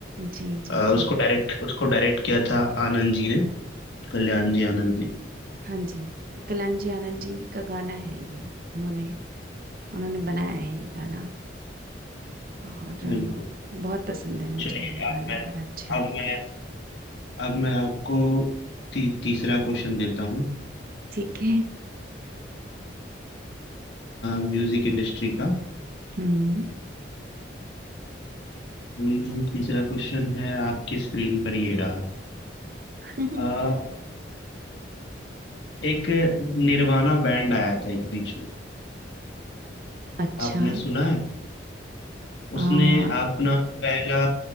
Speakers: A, on the right; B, on the left.
A: जी जी
B: अ,
A: जी
B: उसको डायरेक्ट उसको डायरेक्ट किया था आनंद जी ने कल्याण जी आनंद जी
A: हाँ जी कलांजी आनंद जी का गाना है ये उन्होंने उन्होंने बनाया है ये गाना और अ,
B: बिल्कुल
A: बहुत पसंद है मुझे
B: चलिए
A: ये
B: अब
A: गाना
B: मैं
A: बड़ा अच्छा है
B: अब मैं अब मैं आपको ती, तीसरा क्वेश्चन देता हूँ
A: ठीक है
B: म्यूजिक इंडस्ट्री का
A: हम्म
B: हम्म, तीसरा क्वेश्चन है आपकी स्क्रीन पर ये रहा
A: <laughs>
B: अ, एक निर्वाणा बैंड आया था एक बीच में
A: अच्छा
B: आपने सुना है
A: आ,
B: उसने अपना पहला